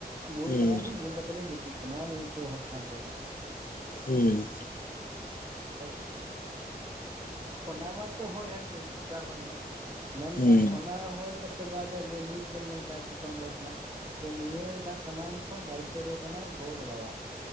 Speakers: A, on the right (about 25°); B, on the left (about 60°).
A: ᱵᱩᱞ
B: ᱦᱩᱸ
A: ᱠᱟᱱᱟᱞᱤᱧ ᱵᱩᱞ ᱠᱟᱛᱮᱫ ᱞᱤᱧ ᱜᱤᱛᱤᱜ ᱠᱟᱱᱟ ᱟᱹᱞᱤᱧᱟᱜ ᱠᱳᱱᱳ ᱦᱳᱥ ᱵᱟᱝ ᱛᱟᱦᱮᱸ ᱠᱟᱱᱟ᱾
B: ᱦᱩᱸ᱾
A: ᱛᱚ ᱯᱱᱟ ᱢᱟ ᱛᱚ ᱦᱳᱭᱮᱱ, ᱫᱟ ᱦᱳᱭᱱᱟ᱾ ᱢᱮᱱᱠᱷᱟᱱ
B: ᱦᱩᱸ
A: ᱚᱱᱟ ᱦᱳᱭ ᱠᱟᱛᱮ ᱵᱟᱫᱽ ᱡᱮ ᱱᱤᱛ ᱵᱮᱱ ᱢᱮᱱ ᱠᱮᱜᱼᱟ ᱟᱹᱰᱤ ᱠᱚᱢ ᱵᱚᱭᱮᱥ ᱠᱷᱚᱱᱟᱜ ᱛᱚ ᱱᱤᱭᱟᱹ ᱨᱮᱱᱟᱜ ᱥᱟᱱᱟᱢ ᱠᱷᱚᱱ ᱫᱟᱭᱤᱠᱛᱚ ᱫᱚ ᱠᱟᱱᱟ ᱜᱚ-ᱵᱟᱵᱟᱣᱟᱜ᱾